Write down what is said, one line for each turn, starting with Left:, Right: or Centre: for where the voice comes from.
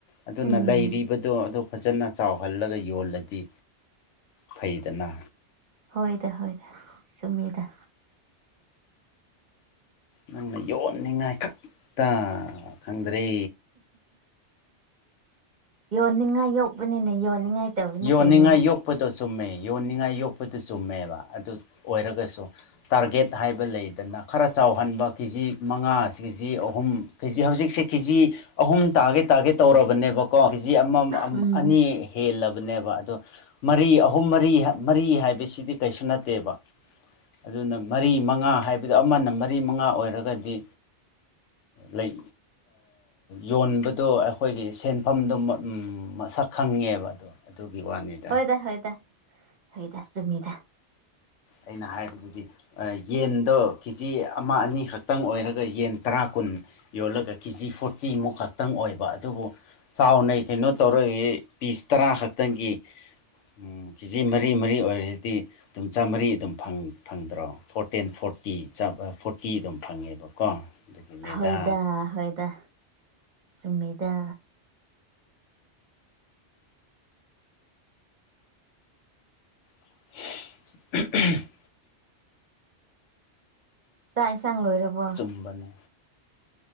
Left: ꯑꯗꯨꯅ
Right: ꯎꯝ
Left: ꯂꯩꯔꯤꯕꯗꯣ ꯑꯗꯨ ꯐꯖꯅ ꯆꯥꯎꯍꯜꯂꯒ ꯌꯣꯜꯂꯗꯤ ꯐꯩꯗꯅ
Right: ꯍꯣꯏꯗ ꯍꯣꯏꯗ ꯆꯨꯝꯃꯤꯗ
Left: ꯅꯪꯅ ꯌꯣꯟꯅꯤꯡꯉꯥꯏ ꯈꯛꯇ ꯈꯪꯗ꯭ꯔꯦ
Right: ꯎ ꯌꯣꯟꯅꯤꯡꯉꯥꯏ ꯌꯣꯛꯧꯕꯅꯤꯅꯦ ꯌꯣꯟꯅꯤꯡꯉꯥꯏ ꯇꯧꯕꯅꯦ
Left: ꯌꯣꯟꯅꯤꯡꯉꯥꯏ
Right: ꯀꯩꯅꯣ
Left: ꯌꯣꯛꯄꯗꯣ ꯆꯨꯝꯃꯦ ꯌꯣꯟꯅꯤꯡꯉꯥꯏ ꯌꯣꯛꯄꯗꯨ ꯆꯨꯝꯃꯦꯕ ꯑꯗꯨ ꯑꯣꯏꯔꯒꯁꯨ ꯇꯥꯔꯒꯦꯠ ꯍꯥꯏꯕ ꯂꯩꯗꯅ ꯈꯔ ꯆꯥꯎꯍꯟꯕ ꯀꯦꯖꯤ ꯃꯉꯥ ꯀꯦꯖꯤ ꯑꯍꯨꯝ ꯀꯦꯖꯤ ꯍꯧꯖꯤꯛꯁꯦ ꯀꯦꯖꯤ ꯑꯍꯨꯝ ꯇꯥꯔꯒꯦ ꯇꯥꯔꯒꯦ ꯇꯧꯔꯕꯅꯦꯕꯀꯣ ꯀꯦꯖꯤ ꯑꯃ
Right: ꯎꯝ
Left: ꯑꯅꯤ ꯍꯦꯜꯂꯕ ꯕ ꯑ ꯃꯔꯤ ꯑꯍꯨꯝ ꯃꯔꯤ ꯃꯔꯤ ꯍꯥꯏꯕꯁꯤꯗꯤ ꯀꯩꯁꯨ ꯅꯠꯇꯦꯕ ꯑꯗꯨꯅ ꯃꯔꯤ ꯃꯉꯥ ꯍꯥꯏꯕꯗꯨ ꯑꯃꯅ ꯃꯔꯤ ꯃꯉꯥ ꯑꯣꯏꯔꯒꯗꯤ ꯂꯩ ꯌꯣꯟꯕꯗꯣ ꯑꯩꯈꯣꯏꯒꯤ ꯁꯦꯟꯐꯝꯗꯣ ꯃꯁꯛ ꯈꯪꯉꯦꯕ <inaudible> ꯋꯥꯅꯤꯗ
Right: ꯍꯣꯏꯗ ꯍꯣꯏꯗ ꯍꯣꯏꯗ ꯁꯃꯗ
Left: ꯑꯩꯅ ꯍꯥꯏꯕꯗꯨꯗꯤ ꯌꯦꯟꯗꯣ ꯀꯦꯖꯤ ꯑꯃ ꯑꯅꯤꯈꯛꯇꯪ ꯑꯣꯏꯔꯒ ꯌꯦꯟ ꯇꯔꯥ ꯀꯨꯟ ꯌꯣꯜꯂꯒ ꯀꯦ ꯖꯤ ꯐꯣꯔꯇꯤꯃꯨꯛ ꯈꯛꯇꯪ ꯑꯣꯏꯕ ꯑꯗꯨꯕꯨ ꯆꯥꯎꯅ ꯀꯩꯅꯣ ꯇꯧꯔꯒꯦ ꯄꯤꯁ ꯇꯔꯥ ꯈꯛꯇꯪꯒꯤ ꯎꯝ ꯀꯦꯖꯤ ꯃꯔꯤ ꯃꯔꯤ ꯑꯣꯏꯔꯁꯤꯗꯤ ꯑꯗꯨꯨꯝ ꯆꯥꯃꯔꯤ ꯐꯪꯗ꯭ꯔꯣ ꯐꯣꯔꯇꯦꯟ ꯐꯣꯔꯇꯤ ꯐꯣꯔꯇꯤ ꯑꯗꯨꯝ ꯐꯪꯉꯦꯕꯀꯣ ꯑꯗꯨꯒꯤꯅꯦꯗ
Right: ꯍꯣꯏꯗ ꯍꯣꯏꯗ ꯆꯨꯝꯃꯤꯗ
Left: <inaudible>
Right: ꯆꯥꯛ ꯏꯟꯁꯥꯡ ꯂꯣꯏꯔꯕꯣ
Left: ꯍꯕꯅꯦ